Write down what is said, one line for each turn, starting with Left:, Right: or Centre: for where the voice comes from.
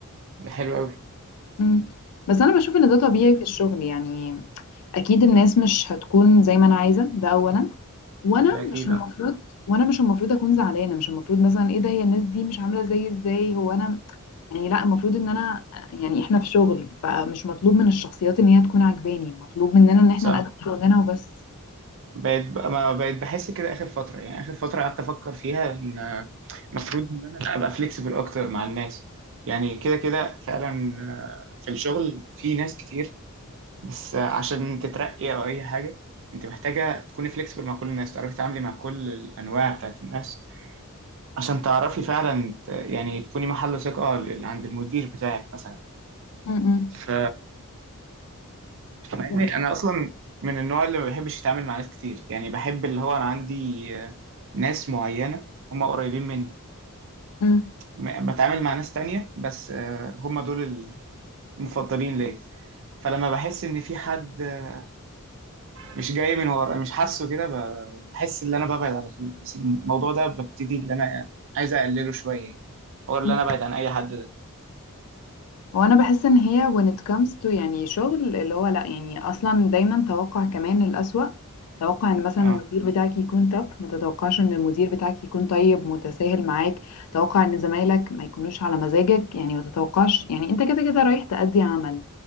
Right: ده حلو قوي
Left: مم. بس انا بشوف ان ده طبيعي في الشغل يعني اكيد الناس مش هتكون زي ما انا عايزه ده اولا وانا
Right: ده اكيد
Left: مش المفروض
Right: اه
Left: وانا مش المفروض اكون زعلانه مش المفروض مثلا ايه ده هي الناس دي مش عامله زي ازاي هو انا يعني لا المفروض ان انا يعني احنا في شغل فمش مطلوب من الشخصيات ان هي تكون عجباني مطلوب مننا ان احنا
Right: صح
Left: نقدم شغلنا وبس
Right: بقيت بقى ما بقيت بحس كده اخر فتره يعني اخر فتره قعدت افكر فيها ان المفروض ان انا ابقى فليكسبل اكتر مع الناس يعني كده كده فعلا آه، في الشغل في ناس كتير بس آه، عشان تترقي او اي حاجه انت محتاجه تكوني فليكسبل مع كل الناس تعرفي تتعاملي مع كل الانواع بتاعت الناس عشان تعرفي فعلا ت- يعني تكوني محل ثقه لل- عند المدير بتاعك مثلا
Left: م- م.
Right: ف مع اني
Left: يعني
Right: انا اصلا من النوع اللي ما بحبش اتعامل مع ناس كتير يعني بحب اللي هو انا عندي آه، ناس معينة هم قريبين مني
Left: م.
Right: م- بتعامل مع ناس تانية بس آه، هم دول المفضلين ليا فلما بحس ان في حد آه، مش جاي من ورا مش حاسه كده ب- بحس ان انا ببعد على طول بس الموضوع ده ببتدي ان انا عايز اقلله شوية يعني هو اللي
Left: م.
Right: انا ابعد عن اي حد ده
Left: هو انا بحس ان هي when it comes to يعني شغل اللي هو لا يعني اصلا دايما توقع كمان الأسوأ توقع ان مثلا
Right: اه
Left: المدير بتاعك يكون تف ما تتوقعش ان المدير بتاعك يكون طيب متساهل معاك توقع ان زمايلك ما يكونوش على مزاجك يعني ما تتوقعش يعني انت كده كده رايح تأدي عمل